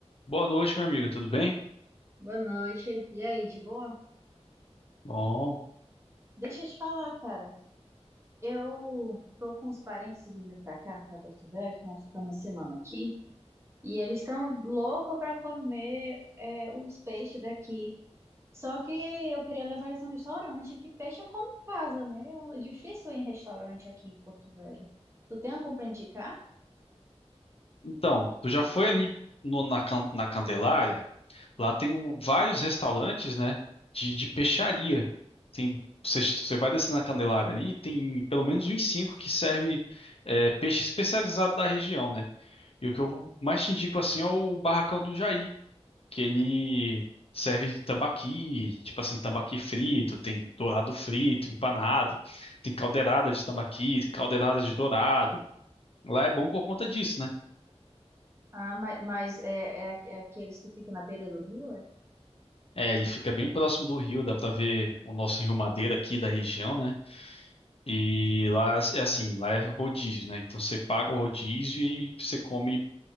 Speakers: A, on the left (about 60°); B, on the right (about 25°).
A: Boa noite, minha amiga, tudo bem?
B: Boa noite. E aí, de boa?
A: Bom,
B: Deixa eu te falar, cara. Eu tô com os parentes vindo pra cá, pra Porto Velho, nós ficamos uma semana aqui, e eles estão loucos pra comer é, os peixes daqui. Só que eu queria levar eles num restaurante, que peixe eu como em casa, né? É difícil ir em restaurante aqui em Porto Velho. Tu tem algum pra indicar?
A: então, tu já foi ali no- na, Can- na Candelária? Lá tem um- vários restaurantes, né, de, de peixaria. Tem, você, você vai descer na Candelária ali, tem pelo menos uns cinco que serve é, peixe especializado da região, né? E o que eu mais te indico, assim, é o Barracão do Jair, que ele serve de tambaqui, tipo assim, tambaqui frito, tem dourado frito, empanado, tem caldeirada de tambaqui, caldeirada de dourado, Lá é bom por conta disso, né?
B: Ah, ma- mas, é, é aqu- é aqueles que ficam na beira do rio?
A: É, ele fica bem próximo do rio, dá pra ver o nosso Rio Madeira aqui da região, né? E lá é assim, lá é rodízio, né? Então você paga o rodízio e você come